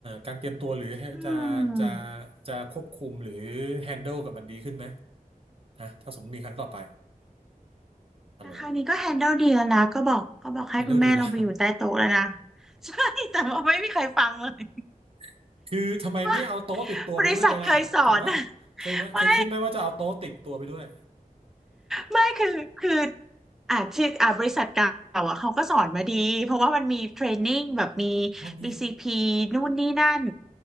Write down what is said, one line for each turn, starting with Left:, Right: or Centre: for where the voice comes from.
Right: การเตรียมตัวหรือจะจะ
Centre: อืม
Right: จะควบคุมหรือ handle กับมันดีขึ้นไหมนะถ้าสมมติมีครั้งต่อไปฮัลโหล
Centre: แต่คราวนี้ก็แฮนเดิลดีแล้วนะก็บอกก็บอกให้คุณแม่ลงไปอยู่ใต้โต๊ะแล้วนะ
Right: handle ดีละ
Centre: <laughs> ใช่แต่ว่าไม่มีใครฟังเลย
Right: <laughs> คือทำไมไม่เอาโต๊ะติดตัวไปด้วยเลยล่ะถูกป่ะเคยไหมเคยคิดไหมว่าจะเอาโต๊ะติดตัวไปด้วย
Centre: <laughs> ว่าบริษัทเคยสอนอะ <laughs> ไม่ ไม่คือคืออ่าที่อ่าบริษัทเก่าอ่ะเขาก็สอนมาดีเพราะว่ามันมีเทรนนิ่งแบบมี
Right: อ๋อมี
Centre: BCP นู่นนี่นั่น